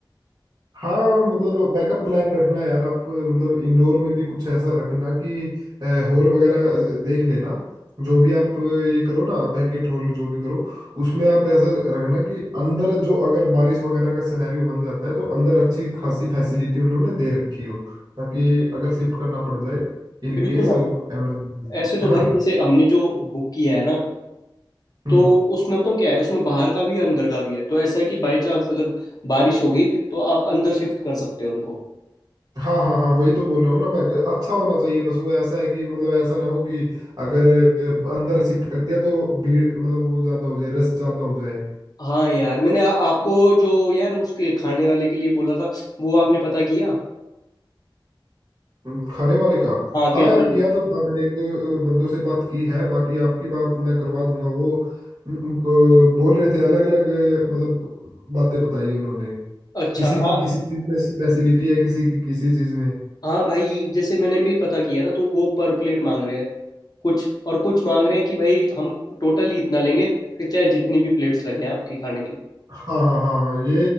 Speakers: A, on the right; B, on the left.
A: हाँ मतलब बैकअप प्लान रखना यार आप मतलब इंडोर में भी कुछ ऐसा रखना कि हॉल वगैरह देख लेना जो भी आप ये करो ना बैंकेट हॉल जो भी करो उसमें आप ऐसा रखना कि अंदर जो अगर बारिश वगैरह का सिनेरियो बन जाता है तो अंदर अच्छी खासी फैसिलिटी उन्होंने दे रखी हो ताकि अगर शिफ्ट करना पड़ जाए इन
B: बिल्कुल
A: केस
B: भाई
A: ऑफ इमरजेंसी
B: ऐसे तो
A: है ना
B: भाई जैसे हमने जो बुक किया है ना
A: हम्म।
B: तो उसमें बताऊँ क्या है उसमें बाहर का भी है अंदर का भी है तो ऐसा है कि बाई चांस अगर बारिश होगी तो आप अंदर शिफ्ट कर सकते हो उनको
A: हाँ हाँ हाँ वही तो बोल रहा हूँ ना मैं अच्छा होना चाहिए बस वो ऐसा है कि मतलब ऐसा ना हो कि अगर अंदर शिफ्ट कर दिया तो भीड़ मतलब वो ज्यादा हो जाए रस ज्यादा हो जाए
B: हाँ यार मैंने आ, आपको जो यार उसके खाने वाले के लिए बोला था वो आपने पता किया
A: उम, खाने वाले का
B: हाँ
A: हाँ
B: कैटरिंग
A: यार किया तो था मैंने एक दो अ, बंदों से बात की है बाकी आपकी बात मैं करवा दूंगा वो उम, उम, अ, बोल रहे थे अलग अलग मतलब बातें बताई उन्होंने
B: अच्छा
A: किसी
B: हाँ
A: की किसी चीज में स्पेशलिटी है किसी की किसी चीज में
B: हाँ भाई जैसे मैंने भी पता किया ना तो वो पर प्लेट मांग रहे हैं कुछ और कुछ मांग रहे हैं कि भाई हम टोटल ही इतना लेंगे फिर चाहे जितनी भी प्लेट्स लगे आपकी खाने की
A: हाँ हाँ हाँ ये